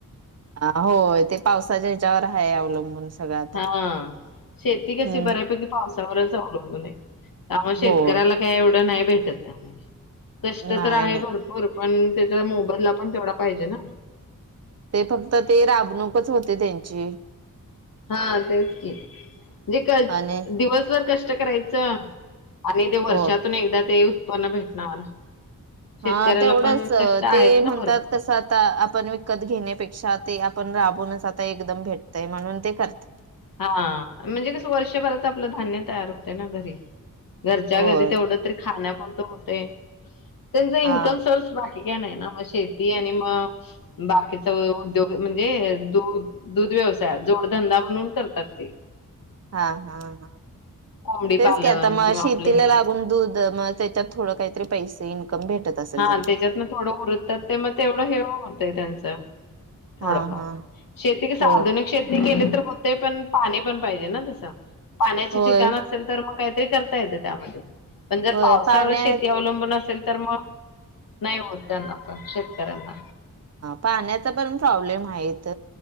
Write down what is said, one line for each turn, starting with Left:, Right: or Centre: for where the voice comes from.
Right: ह हो ते पावसाच्या ह्याच्यावर हय अवलंबून सगळं आता
Left: हा शेती कशी
Right: हम्म
Left: बऱ्यापैकी पावसावरच अवलंबून आहे. त्यामुळे शेतकऱ्याला
Right: होय
Left: काही एवढं नाही भेटत त्यामध्ये कष्ट
Right: नाही
Left: तर आहे
Right: नाही
Left: भरपूर पण त्याच्या मोबईलला पण तेवढा पाहिजे ना.
Right: ते फक्त ते राबणूक. च होते त्यांची
Left: हा तेच की जे
Right: आणि
Left: दिवसभर कष्ट करायचं. आणि ते वर्षातून
Right: हो
Left: एकदा ते ना भेटणार. शेतकऱ्याला
Right: हा तेवढंच
Left: पण कष्ट आहेत
Right: ते
Left: ना
Right: म्हणतात
Left: भरपूर.
Right: कसं आता आपण विकत घेण्यापेक्षा ते पण राबूनच आता एकदम भेटतय म्हणून ते करत.
Left: हां म्हणजे कसं वर्षभराच आपलं धान्य तयार होत ना घरी घरच्या
Right: होय
Left: घरी तेवढं तरी खाण्या होत होतेे. त्यांचा इन्कम
Right: हा
Left: सोर्स भारी नाही ना मग शेती आणि मग बाकीचा उद्योग म्हणजे द दूध व्यवसाय जोडधंदा म्हणून करतात ते
Right: हा हा हा.
Left: कोंबडी
Right: तेच
Left: पालन
Right: क आता मग
Left: किंवा
Right: शेतीला
Left: आपलं हे
Right: लागून दूध मग त्याच्यात थोड काहीतरी पैसे इन्कम भेटत असेल
Left: हा
Right: त्यांना
Left: त्याच्यातन थोडं उरतात ते मग तेवढं हेव होतंय त्यांच <unintelligible> थोडफार
Right: हा हा
Left: शेती कस आधुनिक
Right: हो
Left: शेती केली तर हो ते पण पाणी पण पाहिजे ना तसं. पाण्याचे
Right: होय
Left: ठिकाण असेल तर मग काय करता येते त्यामध्ये पण जर
Right: होय
Left: पावसावर
Right: पाण्या
Left: शेती अवलंबून असेल. तर मग नाही होत त्यांना पण शेतकऱ्यांना
Right: पाण्याचा पण प्रॉब्लेम आहेत.